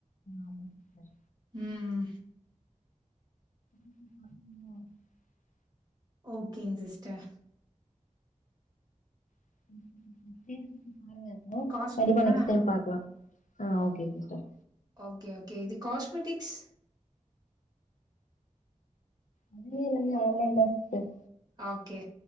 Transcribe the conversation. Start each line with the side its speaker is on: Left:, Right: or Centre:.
Left: ஆமா சிஸ்டர்
Right: ம்
Left: <unintelligible>
Right: ஓகேங்க சிஸ்டர்
Left: <unintelligible> பாருங்க
Right: காஸ்
Left: கண்டிப்பா நெக்ஸ்ட்
Right: ஆ
Left: டைம் பாக்கலா ஆ ஓகே சிஸ்டர்
Right: ஓகே ஓகே இது காஸ்மெட்டிக்ஸ்
Left: அதுமே எல்லாமே ஆன்லைன் தா சிஸ்டர்
Right: ஓகே